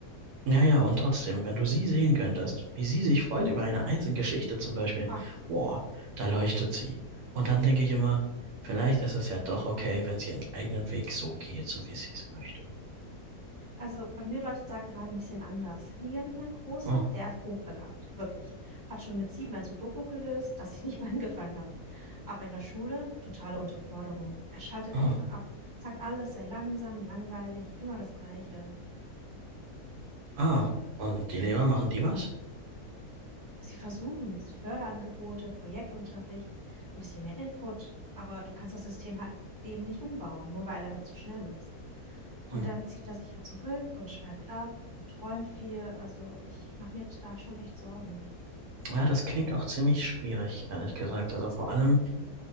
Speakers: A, on the right; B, on the right.
A: ja, ja, und trotzdem, wenn du sie sehen könntest, wie sie sich freut
B: Mhm.
A: über eine einzelne Geschichte zum Beispiel,
B: Ach,
A: boah, da leuchtet sie. Und dann denke ich immer, vielleicht ist es ja doch okay, wenn sie ihren eigenen Weg so geht, so wie sie es möchte.
B: also bei mir läuft es da gerade ein bisschen anders. Liam, mein Großer,
A: Oh,
B: der ist hochbegabt, wirklich. Hat schon mit sieben ein Sudoku gelöst, das ich nicht <laughs> mal angefangen habe. Aber in der Schule, totale Unterforderung. Er schaltet
A: oh,
B: einfach ab, sagt alles sei langsam, langweilig, immer das Gleiche.
A: ah, und die Lehrer machen die was?
B: Sie versuchen es, Förderangebote, Projektunterricht, ein bisschen mehr Input, aber du kannst das System halt eben nicht umbauen, nur weil er dann zu schnell ist. Und
A: Hm.
B: dann zieht er sich ja zurück und schweift ab und träumt viel. Also ich mache mir da schon echt Sorgen.
A: Ja, das klingt auch ziemlich schwierig, ehrlich gesagt. Also vor allem,